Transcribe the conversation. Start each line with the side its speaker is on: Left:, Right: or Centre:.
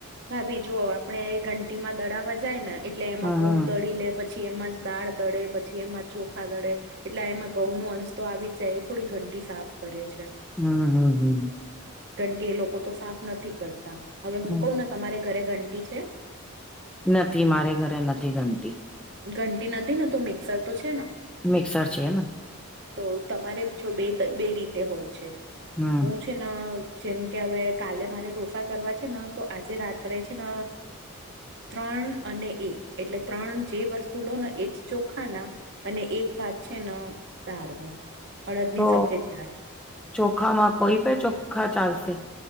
Right: ભાભી જો આપડણે એ ઘંટીમાં દડાવા જાય ને એટલે એમાં
Centre: હમ્મ
Right: ઘઉં
Centre: હમ્મ
Right: દળી લે પછી પછી એમાં જ દાળ દડે પછી એમાં ચોખા દડે એટલે એમાં ઘઉં નો અંશ તો આવી જ જાય એ થોડી ઘંટી સાફ કરે છે.
Centre: હમ હમ હમ.
Right: ઘંટી એ લોકો તો સાફ નથી કરતા હવે હું
Centre: હમ્મ.
Right: કઉ ને તમારે ઘરે ઘંટી છે.
Centre: નથી મારે ઘરે નથી ઘંટી.
Right: ઘંટી નથી ને તો મિક્સર તો છે ન.
Centre: મિક્સર છે એમ.
Right: તો તમારે જો બે બે રીતે હોય છે.
Centre: હમ.
Right: હું છે ન જેમ કે હવે કાલે મારે ઢોસા કરવા છે ને તો આજે રાત્રે છે ન
Centre: હ <inaudible>
Right: ત્રણ અને એક એટલે ત્રણ જે વસ્તુ લો ને એ જ ચોખાના અને એક ભાગ છે ન દાળ ન અડદ ની
Centre: તો
Right: સફેદ દાળ
Centre: ચોખામાં કોઈ પણે ચોખા ચાલશે